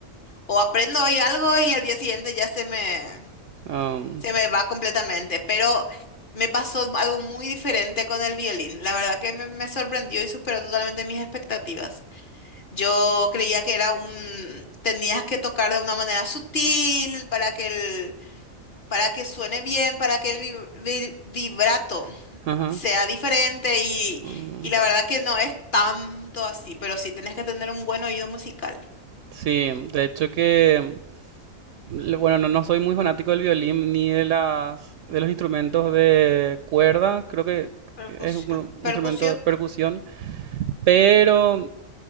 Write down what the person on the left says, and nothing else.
o aprendo hoy algo y al día siguiente ya se me,
se me va completamente. Pero me pasó algo muy diferente con el violín. La verdad que me, me sorprendió y superó totalmente mis expectativas. Yo creía que era un, tenías que tocar de una manera sutil para que el para que suene bien, para que el vi- vi- vibrato
sea diferente y,
y la verdad que no es tanto así, pero sí tenés que tener un buen oído musical.
Percusión,
percusión,